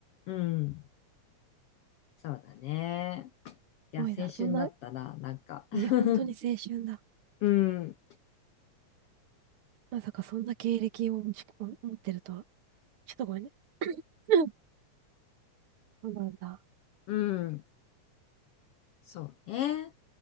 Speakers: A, on the left (about 80°); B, on the right (about 50°).
A: うん、そうだね。いや、
B: ごいな。
A: 青春だったな、
B: そんな、
A: なんか。<laughs>
B: ね、本当に青春だ。
A: うん、
B: まさかそんな経歴を持ち、持ってるとは。ちょっとごめんね。うん <laughs> そうなんだ。
A: うん、そうね。